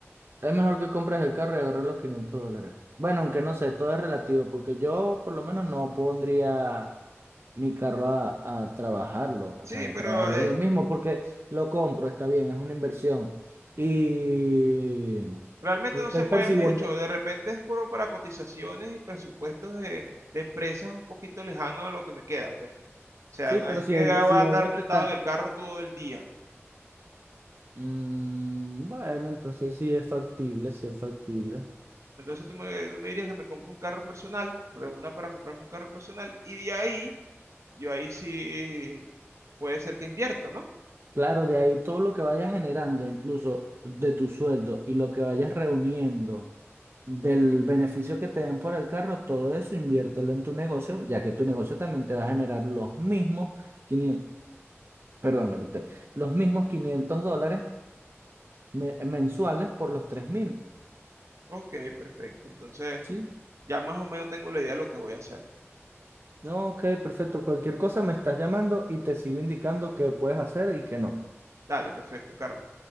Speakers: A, on the right; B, on the right.
A: Es mejor que compres el carro y agarres los 500 dólares. Bueno, aunque no sé, todo es relativo, porque yo por lo menos no pondría mi carro a, a trabajarlo, o
B: Sí,
A: sea, a
B: pero
A: trabajarlo
B: eh,
A: yo mismo, porque lo compro, está bien, es una inversión. Y, y
B: realmente
A: estoy
B: no se mueve
A: percibiendo,
B: mucho. De repente es por, para cotizaciones y presupuestos de, de empresas un poquito lejanos a lo que me queda, pues. O sea,
A: sí,
B: no
A: pero
B: es
A: si,
B: que
A: ell-
B: voy
A: si
B: a andar
A: ellos
B: montado
A: te están...
B: en el carro todo el día.
A: Mm, bueno, entonces sí es factible, sí es factible.
B: Entonces tú me, tú me dirías que me compre un carro personal, reúna para comprarme un carro personal y de ahí, yo ahí sí puede ser que invierta, ¿no?
A: Claro, de ahí todo lo que vayas generando, incluso de tu sueldo y lo que vayas reuniendo, del beneficio que te den por el carro, todo eso inviértelo en tu negocio, ya que tu negocio también te va a generar los mismos 500, perdón, eructé, los mismos 500 dólares me- mensuales por los 3.000,
B: Ok, perfecto. Entonces...
A: ¿sí?
B: ya más o menos tengo la idea de lo que voy a hacer.
A: No, ok, perfecto. Cualquier cosa me estás llamando y te sigo indicando qué puedes hacer y qué no.
B: Dale, perfecto, Carlos.